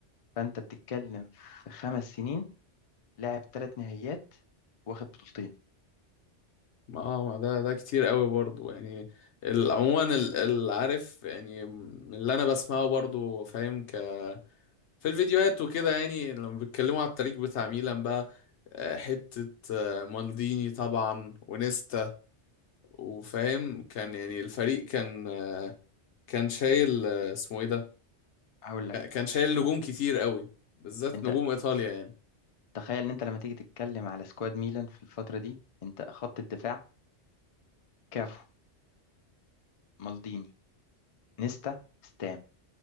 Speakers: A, on the left (about 45°); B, on the left (about 75°).
A: فأنت بتتكلم في خمس سنين لاعب ثلاث نهائيات واخد بطولتين
B: ما آه، ما ده ده كتير قوي برضو يعني ال- عموما ال- العارف يعني من اللي انا بسمعه برضو فاهم ك في الفيديوهات وكده يعني لما بيتكلموا على التاريخ بتاع ميلان بقى آه، حتة آه، مالديني طبعا ونيستا وفاهم كان يعني الفريق كان آه، كان شايل آه، اسمه ايه ده
A: هقول لك
B: كان شايل نجوم كتير قوي بالذات
A: أنت
B: نجوم ايطاليا يعني
A: تخيل إن أنت لما تيجي تتكلم على سكواد ميلان في الفترة دي أنت خط الدفاع كافو مالديني نيستا ستام